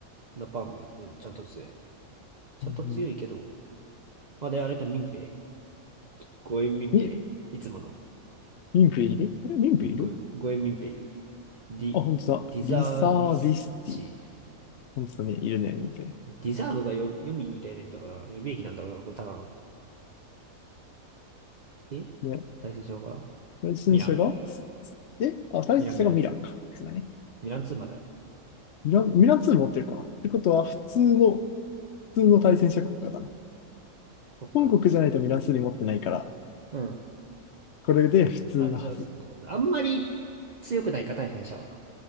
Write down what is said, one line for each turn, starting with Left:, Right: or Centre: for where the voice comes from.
Right: ラパーム、うん、ちゃんと強い。ちゃんと強いけど。
Left: うん
Right: まあ、あれじゃん、民兵。ゴエ民兵。
Left: み、え
Right: いつもの。
Left: 民兵いるこれ民兵いる
Right: ゴ、ゴエ民兵いる。ディ、
Left: あ、本当だ。
Right: ディザービスチ。
Left: リサービスティ。本当だね。いるね、民兵。
Right: ディザーブがよ予備みたいな意味だから、予備役なんだろうな、これただの。え
Left: ね、
Right: 対戦場が
Left: 対戦者が、
Right: ミラン。
Left: え、あ、対戦者がミランか。
Right: ミラン、ミランツー
Left: そうだね。
Right: ミランツーまだ。
Left: ミラン、ミラン2持ってるか。ってことは、普通の、普通の対戦者国家だな。
Right: そっか。
Left: 本国じゃないとミランスリ持ってないから、
Right: うん。
Left: これで普通のはず。
Right: あ、じゃあ、そっか。あんまり強くないか、対戦者は。